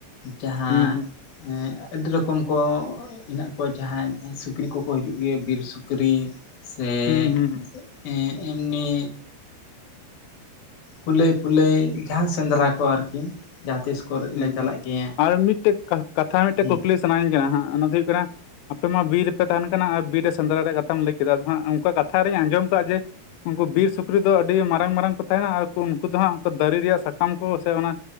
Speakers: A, on the left; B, on the left.
A: ᱡᱟᱦᱟᱸ
B: ᱦᱩᱸ ᱦᱩᱸ
A: ᱟᱹᱰᱤ ᱨᱚᱠᱚᱢ ᱠᱚᱢ ᱠᱚ ᱦᱮᱱᱟᱜ ᱠᱚᱣᱟ ᱡᱟᱦᱟᱸᱭ ᱥᱩᱠᱨᱤ ᱠᱚᱠᱚ ᱦᱤᱡᱩᱜ ᱜᱮᱭᱟ ᱵᱤᱨ ᱥᱩᱠᱨᱤ ᱥᱮ
B: ᱦᱩᱸ ᱦᱩᱸ ᱦᱩᱸ
A: ᱮᱢᱱᱤ ᱠᱩᱞᱟᱹᱭ ᱯᱷᱩᱞᱟᱹᱭ ᱡᱟᱦᱟᱸ ᱥᱮᱸᱫᱽᱨᱟ ᱠᱚ ᱟᱨᱠᱤ ᱡᱟᱦᱟᱸ ᱛᱤᱥ ᱠᱚᱨᱮ
B: ᱦᱩᱸ
A: ᱞᱮ ᱪᱟᱞᱟᱜ
B: ᱦᱩᱸ
A: ᱜᱮᱭᱟ
B: ᱟᱨ ᱢᱤᱫᱴᱮᱡ ᱠᱟᱛᱷᱟ ᱢᱤᱫᱴᱮᱡ
A: ᱦᱮᱸ
B: ᱠᱩᱠᱞᱤ ᱥᱟᱱᱟᱧ ᱠᱟᱱᱟ ᱚᱱᱟ ᱫᱚ ᱦᱩᱭᱩᱜ ᱠᱟᱱᱟ ᱟᱯᱮ ᱢᱟ ᱵᱤᱨ ᱨᱮᱯᱮ ᱛᱟᱦᱮᱱ ᱠᱟᱱᱟ ᱟᱨ ᱵᱤᱨ ᱨᱮ ᱥᱮᱸᱫᱽᱨᱟ ᱨᱮᱭᱟᱜ ᱠᱟᱛᱷᱟᱢ ᱞᱟᱹᱭ ᱠᱮᱫᱟ, ᱟᱫᱚ ᱦᱟᱸᱜ ᱚᱱᱠᱟ ᱠᱟᱛᱷᱟ ᱨᱤᱧ ᱟᱸᱡᱚᱢ ᱟᱠᱟᱫᱟ ᱡᱮ ᱩᱱᱠᱩ ᱵᱤᱨ ᱥᱩᱠᱨᱤ ᱫᱚ ᱟᱹᱰᱤ ᱢᱟᱨᱟᱝ ᱢᱟᱨᱟᱝ ᱠᱚ ᱛᱟᱦᱮᱱᱟ ᱟᱨ ᱩᱱᱠᱩ ᱫᱚ ᱦᱟᱸᱜ ᱫᱟᱨᱮ ᱨᱮᱭᱟᱜ ᱥᱟᱠᱟᱢ ᱠᱚ ᱥᱮ ᱚᱱᱟ,